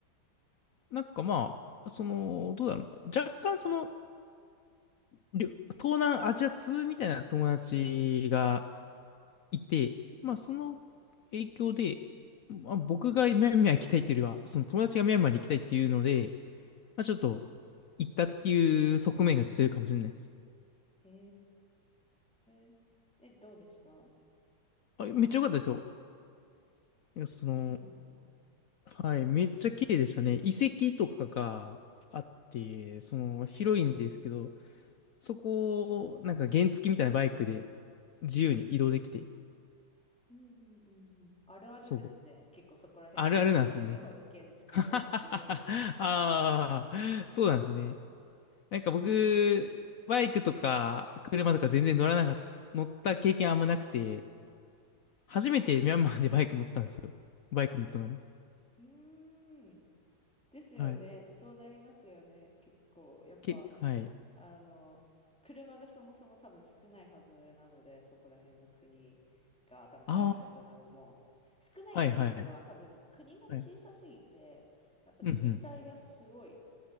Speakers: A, on the left; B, in the centre.
A: なんかまあ、その、どうだろうな。若干その、りょ東南アジア通みたいな友達が、いて、まあその影響で、まあ、僕がミャンマー行きたいっていうよりは、その友達がミャンマーに行きたいっていうので、まあちょっと行ったっていう側面が強いかもしれないです。
B: へえ、え、どうでした
A: あ、めっちゃ良かったですよ。なんかその、
B: いいな。
A: はい、めっちゃ綺麗でしたね。遺跡とかがあって、その広いんですけど、そこをなんか原付みたいなバイクで自由に移動できて、
B: うんうんうんうん。あるあるですね。
A: そう、
B: 結構そこら辺の地域だと
A: あるあるなんですね。
B: <laughs> 原付でビューン。
A: <laughs> ああ、そうなんですね。なんか僕、
B: え
A: バイクとか車とか全然乗らなかった、乗った経験あんまなくて、初めてミャンマーでバイク乗ったんですよ。バイク乗ったのが。
B: うーん。ですよね。
A: はい。
B: そうなりますよね。結構、やっぱ、
A: け、はい。
B: あの、車がそもそも多分少ないはずなので、そこら辺の国が、多分タイもベトナムも、
A: あ
B: 少ないっていうか、
A: あ、はいはい。
B: 多分国が小さすぎて、
A: はい。
B: やっぱ渋滞がすごい
A: うんうん。